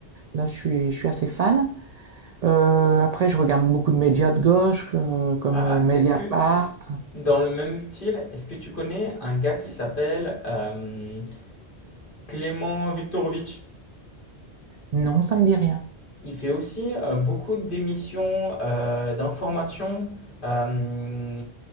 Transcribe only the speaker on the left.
Ah,
est-ce que dans le même style, est-ce que tu connais un gars qui s'appelle euh, Clément Viktorovitch?
Il fait aussi euh, beaucoup d'émissions, euh, d'informations. Euh,